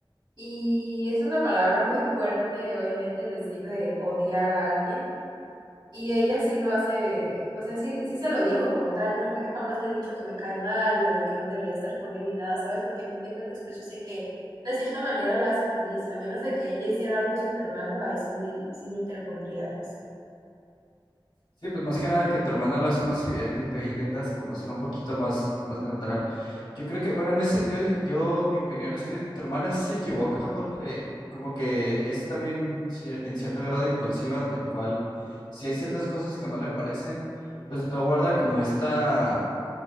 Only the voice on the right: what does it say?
Y es una palabra muy fuerte, obviamente, el decir de odiar a alguien y ella sí lo hace, o sea, sí, sí se lo dijo como tal. Yo, no- yo jamás le he dicho que me cae mal o de que no debería estar con él ni nada, ¿sabes? Porque a fin de cuentas, pues yo sé que de cierta manera la hace feliz, a menos de que ella hiciera algo súper malo, ahí sí me, sí me interpondría, pues.